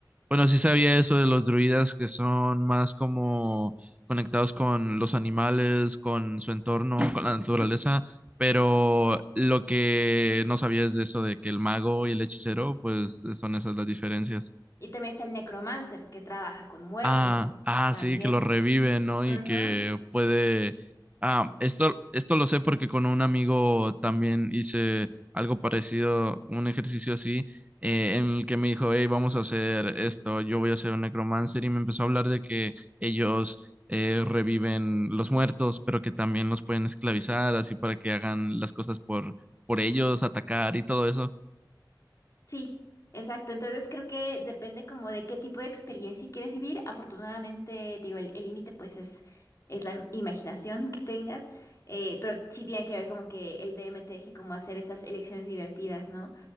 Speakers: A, on the right (about 15°); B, on the left (about 40°).
A: bueno, sí sabía eso de los druidas que son más como conectados con los animales, con su entorno, con la naturaleza, pero lo que no sabía es de eso de que el mago y el hechicero, pues son esas las diferencias.
B: Y también está el necromancer que trabaja con muertos
A: Ah, ah,
B: también.
A: sí, que lo revive, ¿no?
B: Ujú.
A: Y que puede. Ah, esto, esto lo sé porque con un amigo también hice algo parecido, un ejercicio así, eh, en el que me dijo, hey, vamos a hacer esto, yo voy a hacer un necromancer, y me empezó a hablar de que ellos eh, reviven los muertos, pero que también los pueden esclavizar, así para que hagan las cosas por, por ellos, atacar y todo eso.
B: Sí, exacto. Entonces creo que depende como de qué tipo de experiencia quieres vivir. Afortunadamente, te digo, el el límite pues es, es la im- imaginación <laughs> que tengas, eh, pero sí tiene que ver como que el D M te deje como hacer estas elecciones divertidas, ¿no?